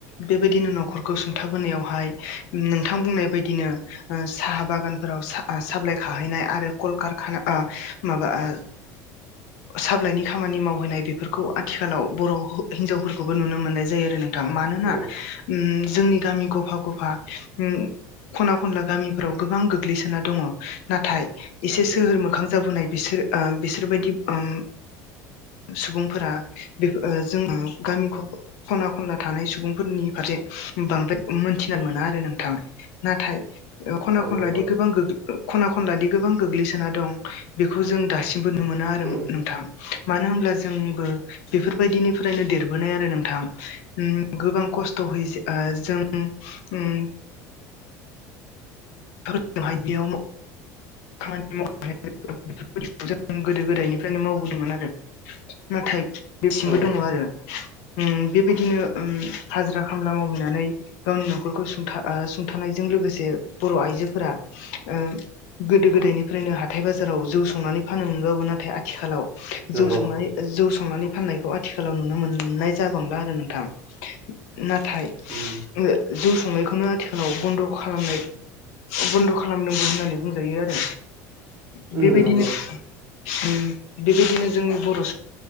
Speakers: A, on the left; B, on the right.
A: बेबायदिनो न'खरखौ सुंथाबोनायावहाय नोंथां बुंनाय बादिनो ओ साहा बागानफ्राव सा साबिलाइ खाहैनाय आरो कल खारखाना ओ माबा आ साबिलायनि खामानि मावहैनाय बेफोरखौ आथिखालाव बर' हौ-हिनजावफोरखौबो नुनो मोननाय जायो आरो नों थां मानोना
B: उम
A: उम जोंनि गामि गफा-गफा उम खना-खनला गामिफोराव गोबां गोग्लैसोना दङ नाथाय एसे
B: औ
A: सोहोर मोखां जाबोनाय बिसोर ओ बिसोरबायदि उम सुबुंफोरा बेफ ओ जोङो गामि ख- खना-खनला थानाय सुबुंफोरनि फारसे बांद्राय मोनथिना मोना आरो नोंथां। नाथाय ओ खना-खनलादि
B: नंगौ उम
A: गोबां गोग खना-खनलादि गोबां गोग्लैसोना दं बेखौ जों दासिमबो नुनो मोना आरो
B: उम
A: नोंथां। मानो होनब्ला जोंबो बेफोरबायदिनिफ्रायनो देरबोनाय आरो नोंथां उम गोबां खस्थ' हय ओ जों उम <unintelligible> खामानि मावनानै <unintelligible> जों गोदो गोदायनिफ्रायनो मावबोदोंमोन आरो नाथाय बेसिमबो
B: औ
A: दङ आरो। उम बेबायदिनो उम हाजिरा खामला मावहैनानै गावनि न'खरखौ सुंथा आ सुंथानाय जों लोगोसे बर' आइजोफोरा ओ गोदो-गोदायनिफ्रायनो हाथाय बाजाराव जौ संनानै फानोमोनबाबो नाथाय आथिखालाव
B: नंगौ
A: जौ संनानै जौ सं नानै फाननायखौ आथिखालाव नुनो मोननाय जाबांला आरो नोंथां। नाथाय
B: उम
A: ओ जेस संनायखौनो आथिखालाव बन्द' खालामनाय बन्द' खालामनांगौ होननानै बुंजायो आरो। बेबायदिनो
B: उम नंगौ
A: उम बेबायदिनो जोंनि बर' ओ